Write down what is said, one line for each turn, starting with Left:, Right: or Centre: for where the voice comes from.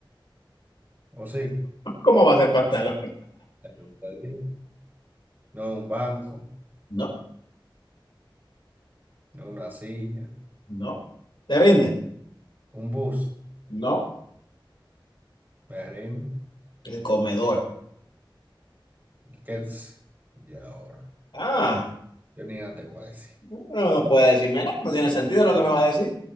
Right: ¿O sí?
Left: ¿Cómo va a ser pantalón?
Right: Ya lo te digo. No es un banco.
Left: No,
Right: No es una silla.
Left: no. ¿Te rinde?
Right: Un bus.
Left: No.
Right: Me reino.
Left: El comedor.
Right: Kels. Y ahora.
Left: Ah,
Right: Yo ni nada te voy a decir.
Left: no, no puede decirme nada. No tiene sentido
Right: Es
Left: lo que
Right: pa-
Left: me va a decir.